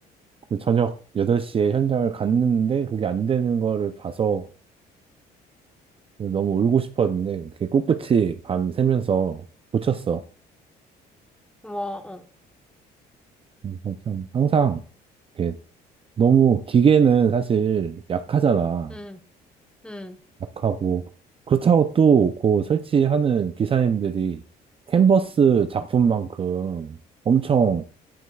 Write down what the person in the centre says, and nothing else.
와, 어,
응, 응.